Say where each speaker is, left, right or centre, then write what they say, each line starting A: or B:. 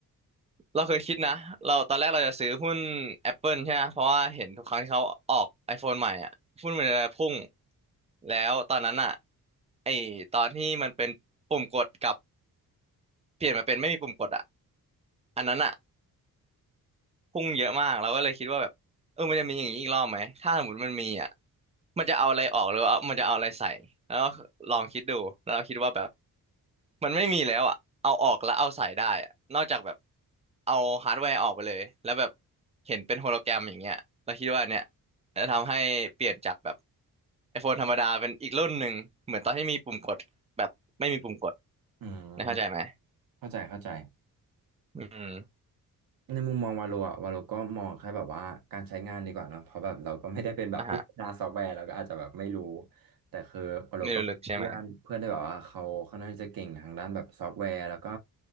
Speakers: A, on the right; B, on the right.
A: เราเคยคิดนะเราตอนแรกเราจะซื้อหุ้น Apple ใช่ไหมเพราะว่าเห็นทุกครั้งที่เขาออก iPhone ใหม่อ่ะหุ้นมันจะพุ่งแล้วตอนนั้นอ่ะไอตอนที่มันเป็นปุ่มกดกับเปลี่ยนมาเป็นไม่มีปุ่มกดอ่ะอันนั้นอ่ะ พุ่งเยอะมากเราก็เลยคิดว่าแบบเออมันจะมีอย่างนี้อีกรอบไหมถ้าสมมติมันมีอ่ะมันจะเอาอะไรออกหรือว่ามันจะเอาอะไรใส่แล้วลองคิดดูแล้วเราคิดว่าแบบมันไม่มีแล้วอ่ะเอาออกแล้วเอาใส่ได้อะนอกจากแบบเอาฮาร์ดแวร์ออกไปเลยแล้วแบบเห็นเป็นโฮโลแกรมอย่างเงี้ยเราคิดว่าเนี่ยจะทำให้เปลี่ยนจากแบบ iPhone ธรรมดาเป็นอีกรุ่นหนึ่งเหมือนตอนที่มีปุ่มกดแบบไม่มีปุ่มกด
B: อืม
A: นะเข้าใจไหม
B: เข้าใจเข้าใจ
A: อืม
B: ในมุมมองวาโลอะวาโลก็มองแค่แบบว่าการใช้งานดีกว่าเนาะเพราะแบบเราก็ไม่ได้เป็นแบบผู้พัฒนาซอฟต์แวร์เราก็อาจจะแบบไม่รู้
A: อ่ะฮะ
B: แต่คือวาโลก็มีเพื่อนเพื่อนที่แบบว่าเขาค่อนข้างที่จะเก่งทางด้านแบบซอฟต์แวร์แล้วก็
A: ไม่รู้ลึกใช่ไหม